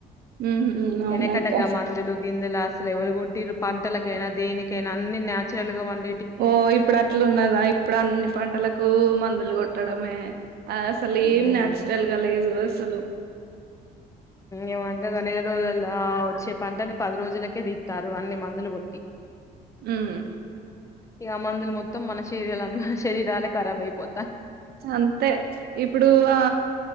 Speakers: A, on the right (about 65°); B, on the left (about 20°).
A: హ్మ్ హు అవునక్క
B: వెనకటగా మందులు గిందులు అసలు ఎవరుగొట్టిరు పంటలకైనా దేనికైనా అన్ని నా చుయల్ గా వన్
A: ఓ ఇప్పుడు అట్లు ఉన్నదా ఇప్పుడు అన్ని పంటలకు మందులు గొ ట్టడమే అసలు
B: ఉమ్
A: ఏం న్యాచురల్ గా లేదు అసలు
B: ఏ వంటగా నెల రోజుల్లో ఆ వచ్చే పంటని పది రోజులకే తీత్తారు అన్ని మందులు కొట్టి
A: ఉమ్
B: ఇగ మందులు మొత్తం మన చే తీగలన్న శరీరాలే కరాబ్ అయిపో
A: అంతే ఇప్పుడు ఆ